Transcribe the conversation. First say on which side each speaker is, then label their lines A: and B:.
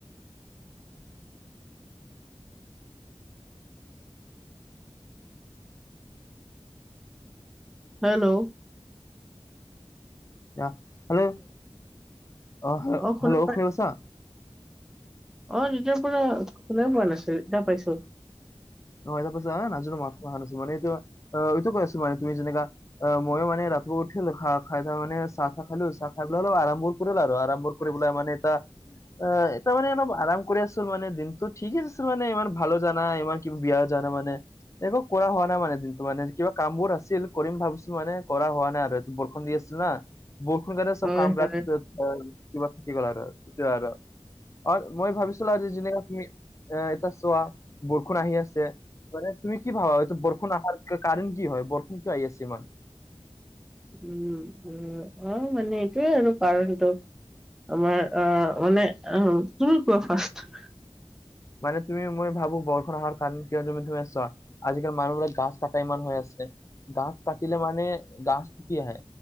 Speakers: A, in the centre; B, on the left (about 30°).
A: হেল্ল'
B: আহ হেল্ল' অ' হেল্ল'
A: শুনা পাই
B: হেল্ল' <unintelligible>
A: অ' তেতিয়াৰ পৰা শুনাই পোৱা নাছিলোঁ এতিয়া পাইছোঁ।
B: নহয় তাৰ <unintelligible> নাজনো মই অহা নাছিলোঁ মানে এইটো অ' এইটো কৈছো মানে তুমি যেনেকা অ' মইয়ো মানে ৰাতিপোৱা উঠিলোঁ খাহ খাই তাৰ মানে চাহ-তাহ খালোঁ চাহ খাই পেলাই অলপ আৰাম ক <unintelligible> আৰু আৰাম বোধ কৰি পেলাই মানে এটা অ' এটা মানে অলপ আৰাম কৰিছ তোৰ মানে দিনটো ঠিকেই আছে মানে ইমান ভালো যোৱা নাই ইমান কি বেয়া যাৱা নাই মানে, একো কৰা হোৱা নাই মানে দিনটো মানে কিবা কামবোৰ আছিল কৰিম ভাবিছোঁ মানে কৰা হোৱা নাই আৰু আজি বৰষুণ দি আছিল না। বৰষুণ দিয়াতে চব
A: হয়
B: কামবিলাক
A: হয়।
B: <unintelligible> আৰ মই ভাবিছিলোঁ আজি যেনেকা তুমি এ এতিয়া চোৱা ষুৰ আহি আছে, মানে তুমি কি ভাবা এইটো বৰষুণ আহাৰ কাৰণ কি হয় বৰষুণ কিয় আহি আছে ইমান?
A: উম, উম অ' মানে এইটোৱে আৰু কাৰণটো। আমাৰ আহ মানে আহ তুমি কোৱা ফাৰ্ষ্ট।
B: মানে তুমি মই ভাবোঁ বৰষুণ অহাৰ কাৰণে কিয় তুমি, তুমি চোৱা। আজিকালি মানুহবিলাক গাছ কাটাই ইমান হৈ আছে গাছ কাটিলে মানে গাছ কি আহে।